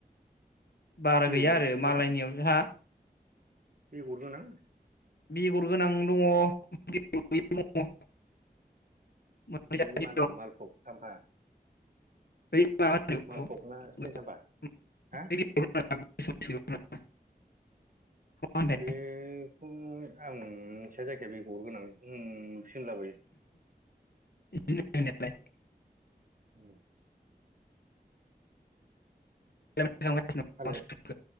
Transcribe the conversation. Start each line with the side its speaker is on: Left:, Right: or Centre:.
Left: बारा
Right: बेगर
Left: गैया आरो
Right: गोनां
Left: मालायनियाव हा
Right: बेगर गोनां?
Left: बेगर गोनां दङ बेगर गोयिबो दङ। मोननै
Right: <unintelligible>
Left: जातनि
Right: मा दं मालभक साम्फा
Left: <inaudible>
Right: मालफग ना सिनि साम्फा हा
Left: मा होनो
Right: बे खौ उम्म आं मोनसे जायखिया बेगरगोनां उम्म सिन लाबोयो
Left: बि <inaudible>
Right: औ
Left: होननायालाय
Right: थालिर